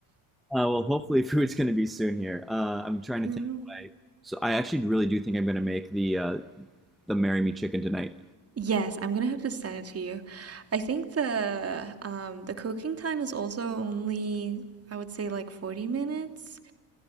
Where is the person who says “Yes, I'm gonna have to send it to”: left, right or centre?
Right